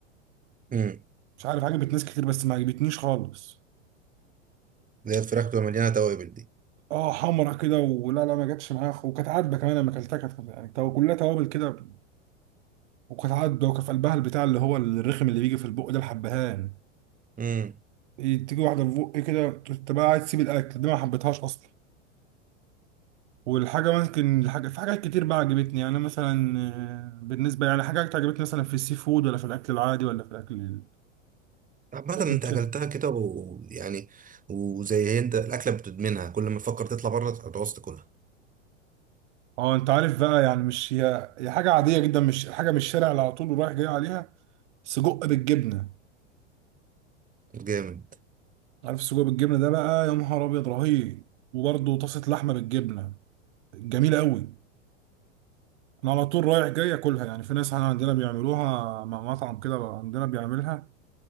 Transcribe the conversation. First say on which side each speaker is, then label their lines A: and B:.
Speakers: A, on the right; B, on the right.
A: امم
B: مش عارف عجبت ناس كتير بس ما عجبتنيش خالص
A: اللي هي الفراخ بتبقى مليانة توابل دي
B: اه حمرا كده ولا لا ما جاتش معايا خ- وكانت عادبه كمان لما اكلتها كانت يعني تو- كلها توابل كده وكانت عادبه وكان في قلبها البتاع اللي هو الرخم اللي بيجي في البق ده الحبهان
A: امم
B: تيجي واحده في بقي كده انت بقى عايز تسيب الاكل دي ما حبيتهاش اصلا والحاجه ممكن الحاجه في حاجات كتير بقى عجبتني يعني مثلا آه، بالنسبه يعني حاجات عجبتني مثلا في السي فود ولا في الاكل العادي ولا في الاكل ال-
A: عامة
B: أكل
A: انت
B: الشارع.
A: اكلتها كده ويعني وزي هي انت الاكلة بتدمنها كل ما تفكر تطلع بره هتعوز تاكلها
B: اه انت عارف بقى يعني مش هي هي حاجه عاديه جدا مش حاجه من الشارع اللي على طول رايح جاي عليها سجق بالجبنه
A: جامد
B: عارف السجق بالجبنه ده بقى يا نهار ابيض رهيب وبرده طاسه لحمه بالجبنه جميله قوي انا على طول رايح جاي اكلها يعني في ناس عندنا بيعملوها مع مطعم كده عندنا بيعملها